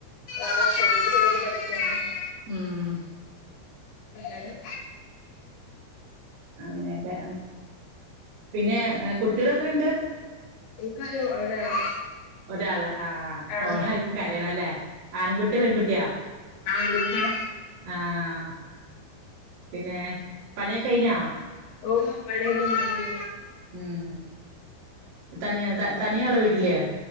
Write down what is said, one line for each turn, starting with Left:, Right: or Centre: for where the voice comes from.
Left: ആ ശത് പഠിക്ക <unintelligible>
Right: ഉം
Left: ഏ
Right: അങ്ങനെയൊക്കെ പിന്നേ അ കുട്ടികൾ എത്ര ഉണ്ട്
Left: എനിക്ക് ഒരു ഒരാള്
Right: ഒരാള് ആ
Left: ആഹ്
Right: ഓളായിരിക്കും കരയണല്ലേ ആൺകുട്ടിയോ പെൺകുട്ടിയാ
Left: ആൺകുട്ടിയ
Right: ആ- പിന്നെ പണിയൊക്കെയ്ഞ്ഞോ
Left: ഓ പണിയൊക്കെ കയിഞ്ഞു
Right: ഉം തനിയ തനിയേ ഉള്ള വീട്ടിലേ